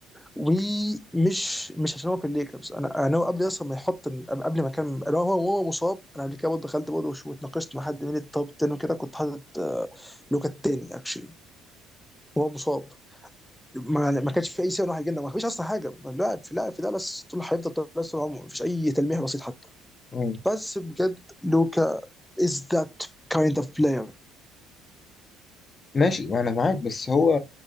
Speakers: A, in the centre; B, on the left.
A: ومش مش عشان هو في الليكرز انا انا هو قبل اصلا ما يحط قبل ما كان انا هو هو مصاب انا قبل كده برضه دخلت برضه وش- واتناقشت مع حد من التوب 10 وكده كنت حاطط آه، لوكا التاني اكشلي وهو مصاب ما ما كانش في اي سبب إن واحد يجينا ما فيش اصلا حاجه لاعب في لاعب في دالاس طول هيفضل دالاس طول عمره ما فيش اي تلميح بسيط حتى
B: مم.
A: بس بجد لوكا از ذات كايند اوف بلاير
B: ماشي ما انا معاك بس هو